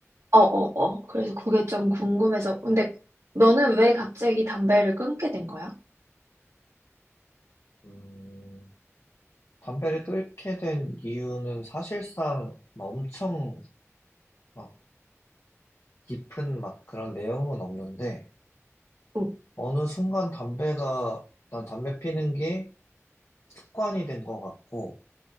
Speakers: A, on the right (about 80°); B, on the left (about 60°).
A: 어어어 그래서 그게 좀 궁금해서 근데 너는 왜 갑자기 담배를 끊게 된 거야?
B: 음, 담배를 끊게 된 이유는 사실상 막 엄청 막 깊은 막 그런 내용은 없는데,
A: 응,
B: 어느 순간 담배가, 난 담배 피는 게 습관이 된 것 같고,